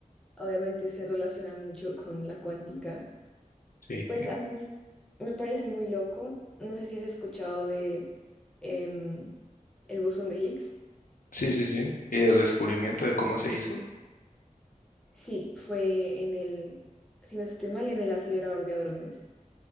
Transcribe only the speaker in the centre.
obviamente se relaciona mucho con la cuántica.
Pues a mí me parece muy loco. No sé si has escuchado de em, el bosón de Higgs.
Sí, fue en el, si no estoy mal, en el acelerador de hadrones,